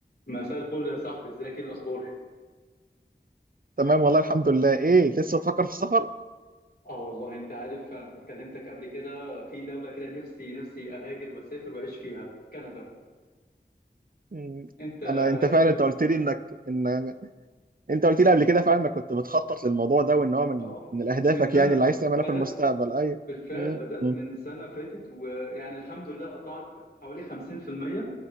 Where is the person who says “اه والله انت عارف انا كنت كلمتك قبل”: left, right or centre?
Left